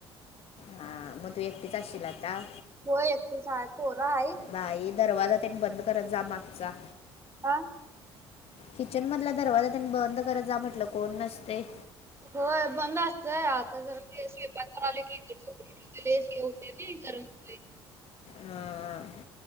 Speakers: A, on the left (about 50°); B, on the right (about 20°).
A: हा मग तू एकटीच असशील आता?
B: हो एकटीच आहे पोरा आहे.
A: भाई दरवाजा त्यांनी बंद करत जा मागचा.
B: आं
A: किचन मधला दरवाजा त्यांनी बंद करत जा म्हटलं कोण नसते-
B: होय बंद असतय आता जरा ते स्वयंपाक तर आले की इकडं तिकडं <inaudible> होत गरम होतय.
A: हा